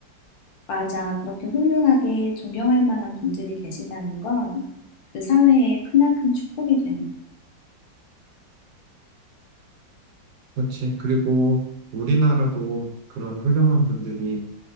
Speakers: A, on the left; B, on the right.
A: 맞아. 그렇게 훌륭하게 존경할 만한 분들이 계시다는 건 그 사회의 크나큰 축복이 되는 거.
B: 그렇지. 그리고 우리나라도 그런 훌륭한 분들이